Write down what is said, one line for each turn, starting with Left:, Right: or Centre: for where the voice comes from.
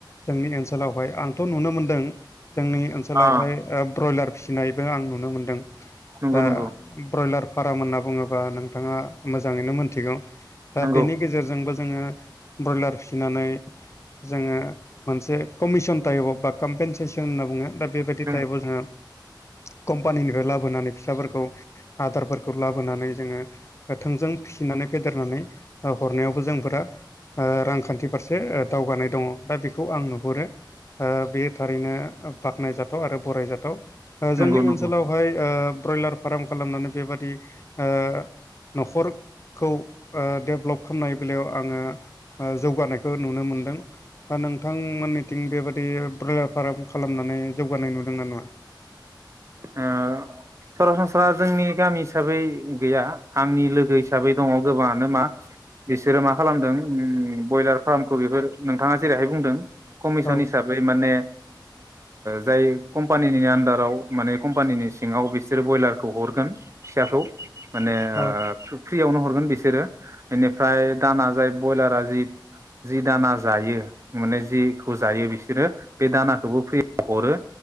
Left: जोंनि ओनसोलावहाय आंथ' नुनो मोनदों जोंनि ओन ओनसोलावहाय
Right: आ
Left: ओ ब्रयलार फिसिनायबो आं नुनो मोनदों
Right: नंगौ
Left: दा
Right: नंगौ
Left: ब्रयलार फाराम होनना बुङोबा नोंथाङा मोजाङैनो मोनथिगौ दा
Right: नंगौ
Left: बेनि गेजेरजोंबो जोङो ब्रयलार फिसिनानै जोङो मोनसे कमिसन तायब बा कमपेनसेसन होनना बुङो दा बेबायदि
Right: नंगौ
Left: तायब आव जोंङो कम्पानिनिफ्राय लाबोनानै फिसाफोरखौ आदारफोरखौ लाबोनानै जोङो थोंजों फिसिनानै फेदेरनानै ओ हरनायावबो जोंफोरा ओ रांखान्थि फारसे ओ दावगानाय दङ दा बेखौ आं नुहुरो ओ बेयो थारैनो ओ बाख्नाय जाथाव आरो बरायजाथाव ओ
Right: नंगौ
Left: जोंनि
Right: नंगौ
Left: ओनसोलाव बेहाय ओ ब्रयलार फार्म खालामनानै बेबादि ओ न'खर खौ ओ डेभ्लप खालामनाय बेलायाव आङो जौगानायखौ नुनो मोनदों ओ नोंथांमोननिथिं बेबादि ब्रयलार फार्म खालामनानै जौगानाय नुदोंना नङा?
Right: ओ सरासनस्रा जोंनि गामि हिसाबै गैया आंनि लोगो हिसाबै दङ गोबाङानो मा बिसोरो मा खालामदों उम ब्रयलार फार्मखौ बेफोर नोंथाङा जेरैहाय बुंदों कमिसन
Left: औ
Right: हिसाबै माने जाय कम्पानि कम्पानिनि आन्दाराव माने कम्पानिनि सिङाव बिसोरो ब्रयलारखौ हरगोन फिसाखौ माने
Left: औ
Right: फ्रियावनो हरगोन बिसोरो बेनिफ्राय दाना जाय ब्रयलारा जि जि दाना जायो माने जिखौ जायो बिसोरो बे दानाखौबो फ्रि हरो